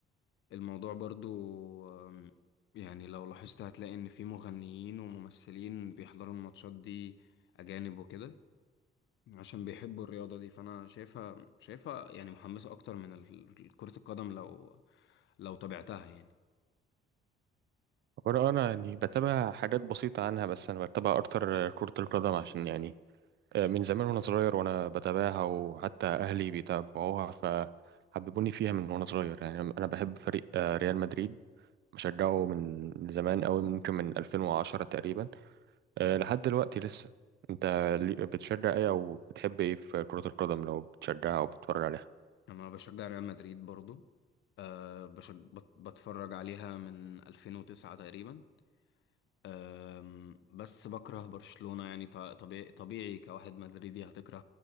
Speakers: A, on the left; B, on the right.
A: الموضوع برضو أم، يعني لو لاحظت هتلاقي إن في مغنيين وممثلين بيحضروا الماتشات دي أجانب وكده عشان بيحبوا الرياضة دي فأنا شايفها شايفها يعني محمسة أكتر من ال- كرة القدم لو لو تابعتها يعني
B: وأنا أنا يعني بتابع حاجات بسيطة عنها بس أنا بتابع أكتر آه، كرة القدم عشان يعني من زمان وانا صغير وانا بتابعها وحتى اهلي بيتابعوها فحببوني فيها من وانا صغير يعني انا بحب فريق آه، ريال مدريد بشجعه من زمان قوي ممكن من 2010 تقريبا آه، لحد دلوقتي لسه انت لي- بتشجع ايه او بتحب ايه في كرة القدم لو بتشجعها او بتتفرج عليها
A: انا بشجع ريال مدريد برضو أه بشج... بت... بتفرج عليها من 2009 تقريبا أم... بس بكره برشلونة يعني ط... طبيعي طبيعي كواحد مدريدي هتكره